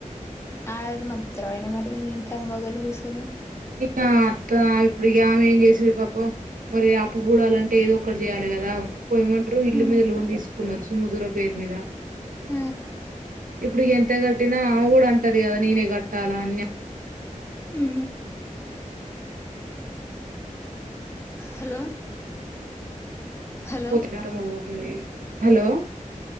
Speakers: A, on the left; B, on the right.
A: ఆయన పిచ్చిలోడ ఏమన్నా ఇంట్ల మొగోళ్ళు కూర్చొని
B: అత్త ఇప్పుడు ఇగ ఆమె ఏం చేసుడు పాపం మరి అప్పు పూడాలంటే ఏదో ఒక్కటి చేయాలే కదా పోయిన మంతు ఇల్లు
A: ఉ
B: మీద లోన్ తీసుకున్నారు సుమధుర పేరు మీద
A: ఉ
B: ఇప్పుడు ఎంత కట్టినా ఆమె కూడా అంటది కదా నేనే కట్టాలా అని
A: ఉ హలో హలో
B: పోతది అత్తమ్మ పోతది హలో